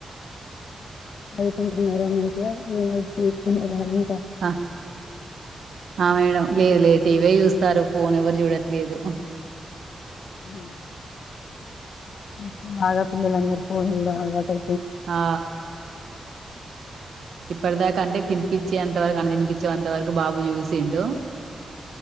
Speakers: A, on the left; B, on the right.
A: అయింటన్నరా మంచిగా చూసుకుంటున్నారండి
B: ఆ ఆ మేడం లేదు లేదు టీవీ చూస్తారు ఫోన్ ఎవరు చూడట్లేదు
A: మ్మ్ హ్మ్ మ్ మ్మ్ బాగా పిల్లలందరూ ఫోన్ జూడం అలవాటై
B: ఆ ఇప్పటిదాకా అంటే తినిపి చ్చి అంత వరకు అన్నం దినిపిచ్చే అంతవరకు బాబు జూసిండు